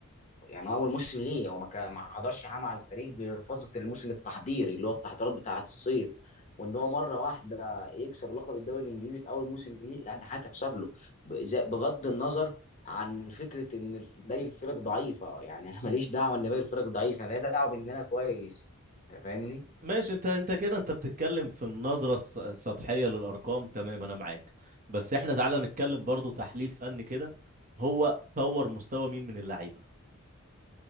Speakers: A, on the left; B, on the right.
A: يعني اول موسم ليه هو ما كان- ما حضرش حاجه مع الفريق غير فتره الموسم التحضيري اللي هو التحضيرات بتاعه الصيف وان هو مره واحده يكسب لقب الدوري الانجليزي في اول موسم ليه لا ده هتحسب له ب- ز- بغض النظر عن فكره ان الف- باقي الفرق ضعيفه يعني انا ماليش دعوه ان باقي الفرق ضعيفه انا ليا دعوه بان انا كويس انت فاهمني
B: ماشي انت انت كده انت بتتكلم في النظرة الس- السطحية للارقام تمام انا معاك بس احنا تعالى نتكلم برضو تحليل فني كده هو طور مستوى مين من اللعيبة